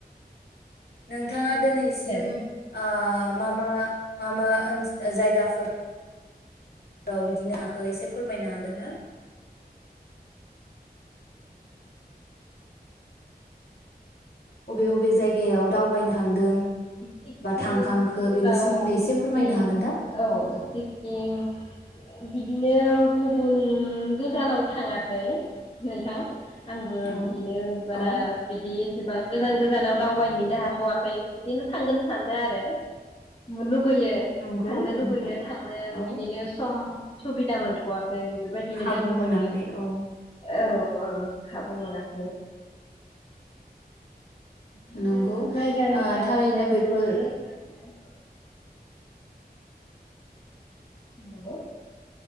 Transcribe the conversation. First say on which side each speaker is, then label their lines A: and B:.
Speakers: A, on the left (about 70°); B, on the left (about 35°).
A: नों नोंथाङा दोनैसिम
B: दे
A: ओ मा मा मा मा ओनस जायगाफोर राव बिदिनो हांखो इसे फोरमायनो हागोन ना? अबे अबे जायगायाव दावबायनो थांदों
B: सिक्किमफोराव
A: बा थांखांखो बेनि सोमोन्दै
B: सिक्किम
A: एसे फोरमायनो हागोन दा?
B: औ सिक्किम बिदिनो गुबुन गोजानाव थाङाखै। नोंथां आंबो
A: औ
B: बिदिनो बारा
A: औ
B: बिदि सेबां गोजान गोजानाव दावबायहैनो हाथ'वाखै बिदिनो थांगोन सानदों आरो मुलुग बैयो
A: नंगौ
B: थांनो
A: नोंथां
B: लुुबैयो थांनो
A: औ
B: इदिनो सम सुबिदा मोनथ'वा खै बेफोरबायदिनो
A: खाबु
B: दोंथ'यो।
A: मोनाखै औ
B: औ ओं खाबु मोनाखै। बिदिनो
A: नोंगौ
B: जायगानि
A: आ थारैनो
B: जायगायावनो
A: बेफोर
B: जेरायना थांनाय। नोंगौ